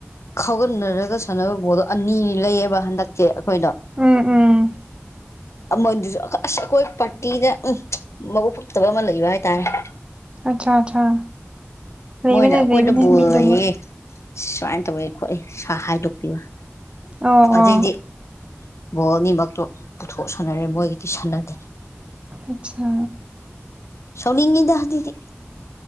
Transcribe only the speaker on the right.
ꯎꯝ ꯎꯝ
ꯑꯠꯆꯥ ꯑꯠꯆꯥ ꯂꯩꯕꯅꯦ
ꯂꯩꯕꯅꯦ
ꯃꯤꯗꯨꯃ
ꯑꯣ
ꯑꯣ
ꯑꯠꯆꯥ